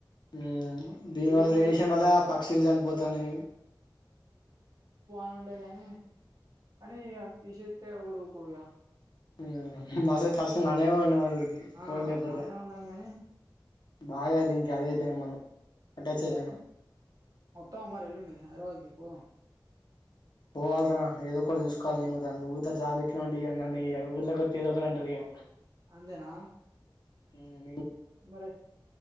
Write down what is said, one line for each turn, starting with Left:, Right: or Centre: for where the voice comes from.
Left: హ్ దీని
Right: ఇవి
Left: వల్లా
Right: కూడా
Left: రేడియేషన్
Right: వీకి
Left: వల్ల పక్షులు చనిపోతాన్నయి.
Right: ంటది కాని కానీ ఇగ తీశేత్ తె ఎవడు ఉకోడుగా.
Left: ఉమ్ మస ఫస్ట్ మనమే ఉండం <inaudible>
Right: ఆ
Left: ఫోన్ లేకపోతే
Right: మనేమే ఉండం గానీ.
Left: బాగా దినికి అదై అయిపోయినం మనం. అటాచ్
Right: అదే
Left: అయిపోయినాం
Right: ఒత్తవ మరి ఎల్లుండి హైదరాబాద్కి. పోదాం.
Left: పోవాల్రా హైద్ ఒకటి చూసుకోవాలి నేను కుడా. నువుత జాబ్ ఎకినవంటే ఇగ నన్ను ఇగ ఊర్లకొత్తే ఎదో ఒకటి అంటరు ఇగా.
Right: అంతెనా.
Left: ఉహు.
Right: మరి